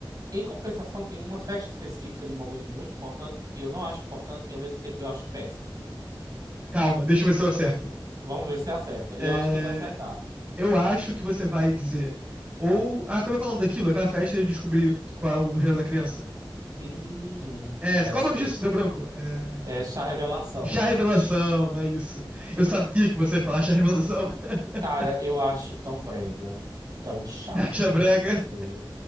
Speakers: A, on the right (about 45°); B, on the right (about 20°).
A: em compensação, tem uma festa específica de momento muito importante que eu não acho importante e ao mesmo tempo eu acho péssimo.
B: Calma, deixa eu ver se eu acerto.
A: Vamos ver se você acerta. Eu
B: É,
A: acho que você vai acertar.
B: eu acho que você vai dizer. Ou. Ah, como é que é o nome daquilo? Aquela festa de descobrir qual é o gênero da criança.
A: Din, din, din, din.
B: É,
A: É
B: qual
A: essa
B: é o nome
A: mesmo.
B: disso? Deu branco. É.
A: É chá revelação.
B: Chá
A: Nossa,
B: revelação,
A: <laughs> bicho.
B: é isso. Eu sabia que você ia falar chá revelação. <laughs>
A: Cara, eu acho tão brega, tão chato,
B: Chá
A: tão
B: brega.
A: feio.